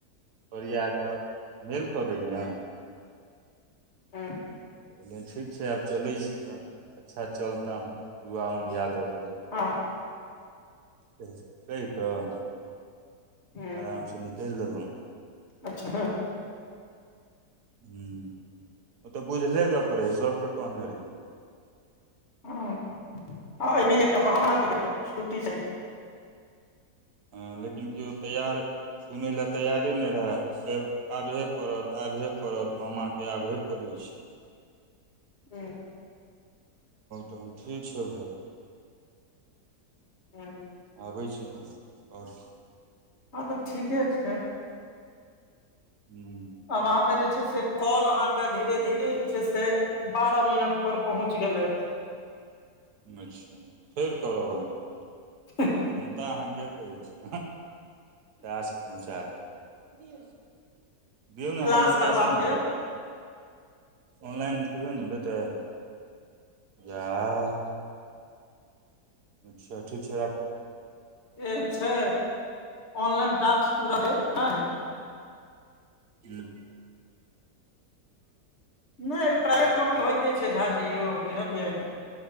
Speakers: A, on the right; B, on the left.
A: ओरिया कऽ मेल कऽ देलियै हँ
B: हँ
A: कहलियै ठीक छै आब चलै छी तऽ अच्छा चलता हूँ दुआओमे याद रखना
B: हँ
A: कहि कऽ
B: ह
A: आराम से निकलि दहुँ
B: अच्छा हँ
A: हँ ओ तऽ बुझले गप रहै ह सबके कहने रहै
B: ह एहिमे एकटा बहाना अहाँके भेट गेल छुट्टी चाही
A: हँ लेकिन केओ तैयार सुनै लए तैयारे नहि रहए आबहे पड़त आबहे पड़त मामाके आबहे पड़ै छै
B: हँ
A: तहन ठीक छौ भाई
B: हँ
A: आबै छी तहन आओर
B: हँ तऽ ठीके छै
A: हुं
B: आ वहाँ पर जे छै से कौल अहाँ के धीरे धीरे जे छै से बारह मिनट पर पहुँच गेलथि
A: अच्छा फेर करब अहाँ के कॉल
B: ह
A: चिन्ता अहाँ किया करै छी कैश पहुँचा देब दियौ ने हमरा
B: क्लास
A: लग कैश
B: करबा
A: नहि
B: देब
A: यऽ ऑनलाइन कहिओ ने देतय जा आ अच्छा ठीक छै राखू
B: से छै ऑनलाइन टास्क पूरा यौ नहि
A: हुँ
B: नहि प्राइवेट नौकरी होयइते छै झाजी यौ बुझलिय